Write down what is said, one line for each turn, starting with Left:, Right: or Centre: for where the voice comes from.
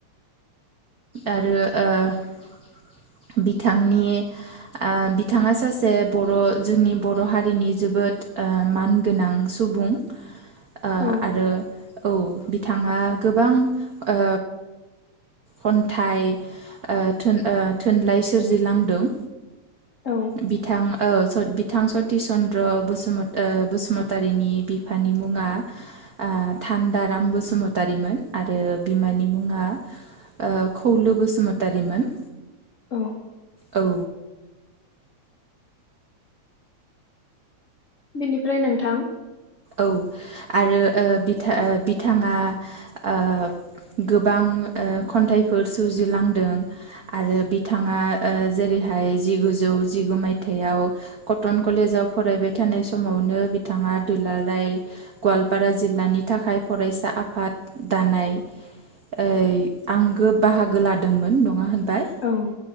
Right: आरो ओ बिथांनि ओ बिथाङा सासे बर' जोंनि बर' हारिनि जोबोद ओ मानगोनां सुबुं। ओ
Left: औ
Right: आरो। औ बिथाङा गोबां ओ। खन्थाइ ओ थुनलाइ सोरजिलांदों।
Left: औ
Right: बिथाङा। ओ बिथां सतिस चन्द्र' बसु ओ बसुमतारिनि बिफानि मुङा ओ थान्दाराम बसुमतारिमोन आरो बिमानि मुङा। ओ खौलु बसुमतारिमोन।
Left: औ।
Right: औ।
Left: बेनिफ्राय नोंथां।
Right: औ आरो ओ बिथां बिथाङा ओ गोबां ओ खन्थाइफोर सुजुलांदों आरो बिथाङा ओ जेरैहाय जिगुजौ जिगु मायथाइाव कटन कलेजाव फरायबाय थानाय समावनो बिथाङा। दुलाराय गवालपारा जिल्लानि थाखाय फरायसा आफाद दानाय ओ आंगो बाहागो लादोंमोन नङा होनबा? बाय
Left: औ